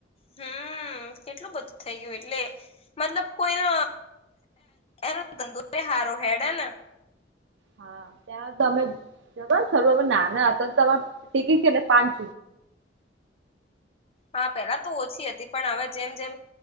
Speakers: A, on the left; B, on the right.
A: હમ્મ કેટલું બધું થઇ ગયું એટલે મતલબ કોઈ ના એના દંદો હારો હેડન
B: હા ત્યાં તો અમે જ ને શરુ આત નાના હતા તો ટિકિટ કેટલે પાંચ
A: હા પેલા તો ઓછી હતી પણ હવે જેમ-જેમ